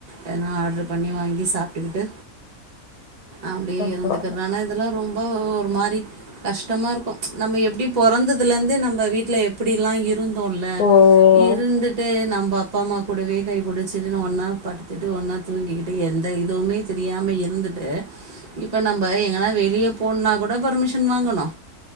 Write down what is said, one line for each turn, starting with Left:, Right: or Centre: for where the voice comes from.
Right: எதனா ஆரட்ருரு பண்ணி வாங்கி சாப்ட்டுக்கிட்டு அப்டியே
Left: ஆமா,
Right: இருந்துகிறது
Left: பரவாயில்ல.
Right: ஆனா இதெல்லா ரொம்ப ஒரு மாரி கஷ்ட்டமா இருக்கு நம்ம எப்டி பொறந்ததுலருந்து நம்ம வீட்ல எப்டிலா இரு இருந்தோல
Left: உம்,
Right: இருந்துட்டு நம்ம அப்பா அம்மா கூடவே கை புடிச்சிட்டு ஒன்னா படுத்துட்டு ஒன்னா தூங்கிட்டு எந்த இதுவுமே தெரியாம இருந்துட்டு இப்ப நம்ம எங்கன்னா வெளிய போணனா கூட பர்மிஷன் வாங்கணு